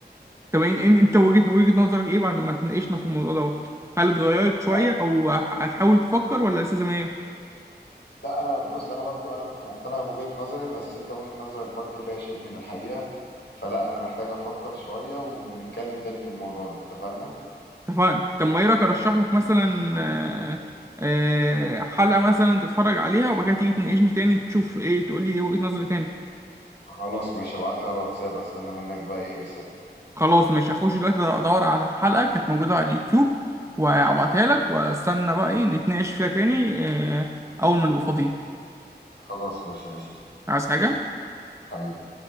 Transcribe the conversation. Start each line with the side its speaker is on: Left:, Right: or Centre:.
Right: طب إن- إن- انت وجهة وجهة نظرك ايه بعد ما اتناقشنا في الموضوع دوت هل اتغيرت شوية
Left: لا
Right: او ه- هتحاول تفكر ولا لسه زي ما هي
Left: لا انا بص انا برضه انا كنت مقتنع بوجهة نظري بس انت وجهة نظرك برضه فيها شيء من الحقيقة فلا انا محتاج افكر شوية ونتكلم تاني في الموضوع ده اتفقنا
Right: اتفقنا طب ما ايه رأيك ارشح لك مثلا آه، آه، حلقة مثلا تتفرج عليها وبعد كده تيجي تناقشني تاني تشوف ايه تقول لي ايه وجهة نظري تاني
Left: خلاص ماشي ابعت لي على الواتساب استنى منك بقى ايه الرسالة
Right: خلاص مش هخش دلوقتي ادور على حلقة كانت موجودة على اليوتيوب وهبعتها لك واستنى بقى ايه نتناقش فيها تاني آه، اول ما نبقى فاضيين
Left: خلاص ماشي قشطة
Right: عايز حاجة
Left: حبيبي